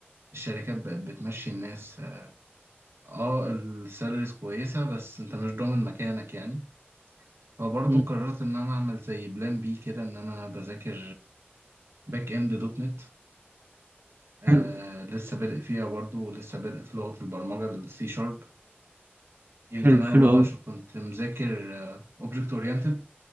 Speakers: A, on the right; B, on the right.
A: الشركات بقت بتمشي الناس اه السالاريز كويسة بس انت مش ضامن مكانك يعني فبرضه
B: مم.
A: قررت ان انا اعمل زي بلان بي كده ان انا بذاكر باك اند دوت نت آه
B: حلو
A: لسه بادئ فيها برضه ولسه بادئ في لغة البرمجة السي شارب يمكن
B: حلو
A: انا
B: حلو
A: برضه
B: أوي
A: عشان كنت مذاكر اوبجكت اورينتد